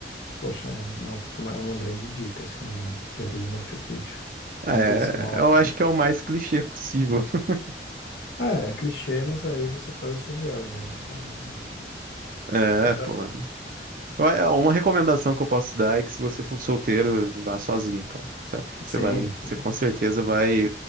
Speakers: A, on the left; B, on the right.
A: Poxa, é, não, fica uma, é uma grande dica, assim, né? Peru, Machu Picchu.
B: É,
A: Vamos ver se rola.
B: eu acho que é o mais clichê possível. <laughs>
A: É, é clichê, mas aí você faz a sua viagem, né, cara? Aí...
B: É,
A: <laughs>
B: pô. Eu- é Uma recomendação que eu posso dar é que se você for solteiro, vá sozinho, cara, sabe? Você
A: Sim,
B: vai,
A: sim.
B: você com certeza vai,